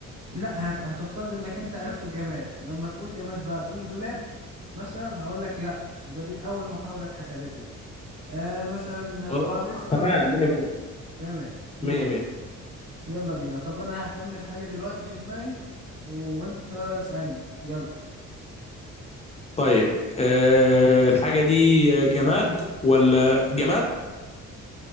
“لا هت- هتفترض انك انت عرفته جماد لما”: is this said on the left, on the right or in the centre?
Right